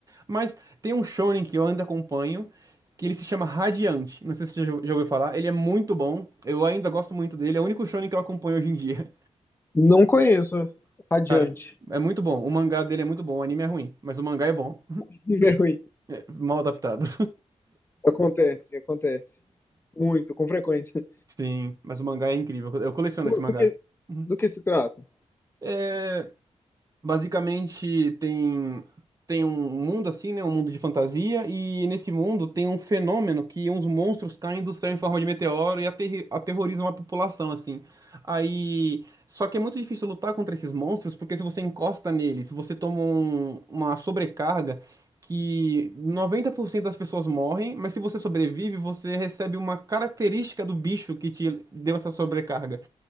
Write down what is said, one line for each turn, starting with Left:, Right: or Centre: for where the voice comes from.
Right: Mas tem um shonen que eu ainda acompanho, que ele se chama Radiante. Não sei se você já já ouviu falar. Ele é muito bom. Eu ainda gosto muito dele. É o único shonen que eu acompanho hoje em dia.
Left: Não conheço.
Right: <laughs>
Left: Adiante.
Right: Cara, é muito bom. O mangá dele é muito bom. O anime é ruim, mas o mangá é bom.
Left: <laughs> É ruim.
Right: É mal adaptado.
Left: Acontece, acontece. Muito, com frequência.
Right: Sim, mas o mangá é incrível. Eu coleciono
Left: Do,
Right: esse mangá.
Left: do que,
Right: Uhum.
Left: do que se trata?
Right: É, basicamente tem tem um mundo assim, né, um mundo de fantasia e nesse mundo tem um fenômeno que uns monstros caem do céu em forma de meteoro e aterri- aterrorizam a população assim. Aí, só que é muito difícil lutar contra esses monstros porque se você encosta neles, você toma um- uma sobrecarga que 90% das pessoas morrem, mas se você sobrevive, você recebe uma característica do bicho que te deu essa sobrecarga.